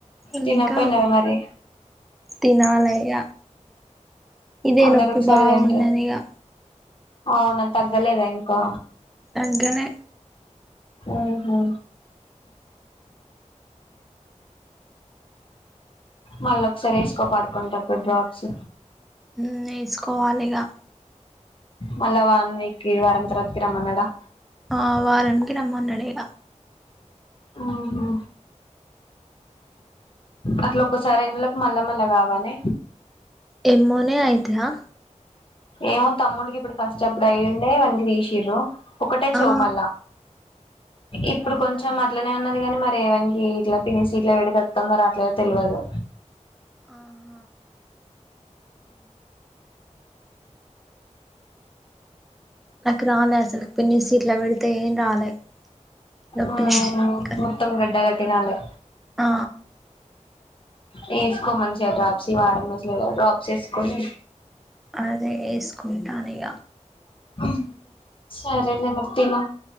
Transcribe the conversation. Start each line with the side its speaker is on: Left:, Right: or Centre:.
Centre: ఇంకా
Left: తినపోయినవ మరి
Centre: తినాలఇగ ఇదే
Left: అందరు
Centre: నొప్పి
Left: ఒకసారి
Centre: బాగున్నది
Left: తింటారు
Centre: ఇగా
Left: అవునా తగ్గలేదా ఇంకా
Centre: తగ్గలే
Left: ఉహు మల్ల ఒకసారి ఏసుకో పడుకుంటప్పుడు డ్రాప్స్
Centre: హు వేసుకోవాలిగా
Left: మళ్ళ వన్ వీకి వారం తర్వాతాకి రమ్మన్నాడా
Centre: ఆ వారం కి రమ్మన్నాడు ఇగ
Left: ఆహా అట్లా ఒక్కసారి ఎందులోక్ మళ్ళా మళ్ళా కావాలి
Centre: ఎమ్మోనే అయితాయా.
Left: ఏమో తమ్ముడికి ఇప్పుడు ఫస్ట్ అప్పుడు అయ్యుండే అవన్నీ తీషిర్రు ఒకటే చెవుమల్ల
Centre: ఆ
Left: ఇప్పుడు
Centre: అవునా
Left: కొంచెం అట్ ఇట్లనే ఉన్నది గానీ మరి ఎవనికి ఇట్లా పిన్స్ ఇట్లా పెడితే వతుందో రాట్లేదో తెల్వదు
Centre: ఆహా నాకు రాలే అసలు పిన్ని సీట్లా పెడితే ఏం రాలే నొప్పి
Left: ఊహు
Centre: లేసేది కానీ
Left: మొత్తం గడ్డ కట్టి రాలే
Centre: ఆ
Left: వేసుకో మంచిగా డ్రాప్స్ ఈ వారం రోజులే కద డ్రాప్స్ వేసుకొని
Centre: అదే ఏసుకుంటానిగ
Left: ఉ సరేలే మరి తిను